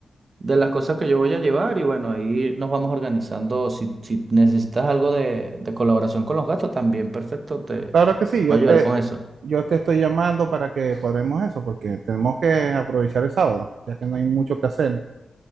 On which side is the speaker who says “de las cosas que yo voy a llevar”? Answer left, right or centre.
Right